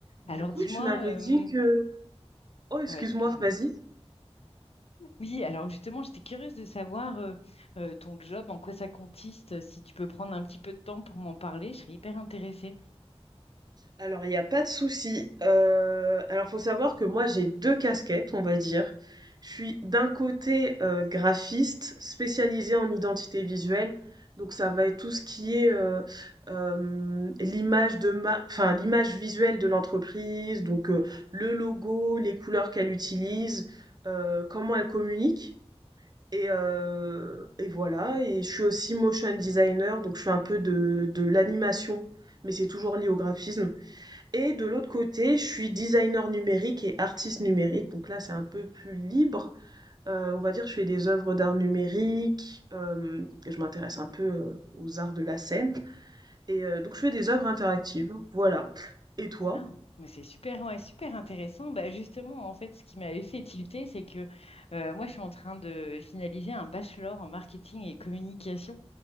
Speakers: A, on the right (about 40°); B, on the left (about 65°).
A: Du
B: Alors
A: coup,
B: dis-moi,
A: tu m'avais
B: euh,
A: dit que... Oh, excuse-moi,
B: ouais, excuse-moi.
A: vas-y.
B: Oui, alors justement, j'étais curieuse de savoir euh, euh, ton job, en quoi ça consiste. Si tu peux prendre un petit peu de temps pour m'en parler, je serais hyper intéressée.
A: Alors, il n'y a pas de souci. Euh, alors, faut savoir que moi, j'ai deux casquettes, on va dire. Je suis d'un côté euh, graphiste spécialisée en identité visuelle. Donc, ça va être tout ce qui est euh, euh, l'image de ma... enfin, l'image visuelle de l'entreprise, donc euh, le logo, les couleurs qu'elle utilise, euh, comment elle communique. Et, heu et voilà et je suis aussi motion designer, donc je fais un peu de de l'animation, mais c'est toujours lié au graphisme et de l'autre côté, je suis designer numérique et artiste numérique, donc là, c'est un peu plus libre. Heu, on va dire, je fais des œuvres d'art numérique, hem et je m'intéresse un peu, heu, aux arts de la scène et heu, donc je fais des œuvres interactives, voilà. Et toi?
B: Ah, mais c'est super, ouais, super intéressant. Bah, justement, en fait, ce qui m'avait fait tilter, c'est que euh, moi, je suis en train de finaliser un bachelor en marketing et communication.